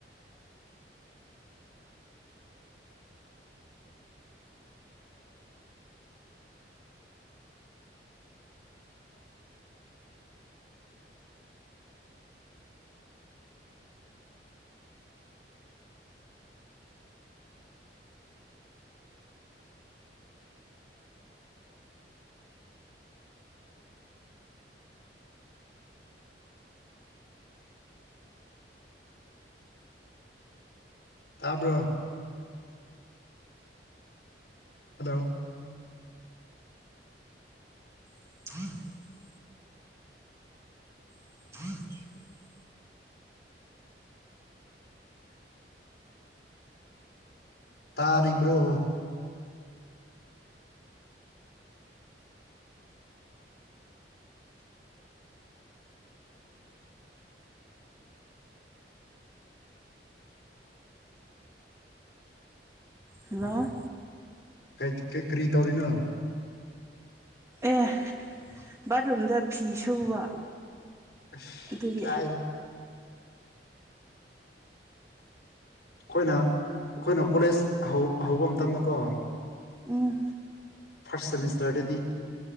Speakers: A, on the left (about 70°); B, on the right (about 15°).
A: <unintelligible> ꯇꯥꯕ꯭ꯔꯣ ꯍꯜꯂꯣ
B: <unintelligible> <unintelligible>
A: ꯇꯥꯔꯤꯕ꯭ꯔꯣ
B: ꯍꯜꯂꯣ
A: ꯍꯦꯏꯠ ꯀꯩ ꯀꯔꯤ ꯇꯧꯔꯤꯅꯣ
B: ꯑꯦ ꯕꯥꯠꯔꯨꯝꯗ ꯐꯤ ꯁꯨꯕ
A: ꯑꯁ
B: ꯑꯗꯨꯒꯤ
A: ꯀꯥꯏꯗꯅꯣ ꯑꯩꯈꯣꯏꯅ ꯑꯩꯈꯣꯏꯅ ꯀꯣꯂꯦꯖ ꯍꯧ ꯍꯧꯕ ꯃꯇꯝꯗ ꯀꯣ
B: ꯎꯝ
A: ꯐꯥꯔꯁ ꯁꯦꯃꯤꯁꯇꯔꯗꯗꯤ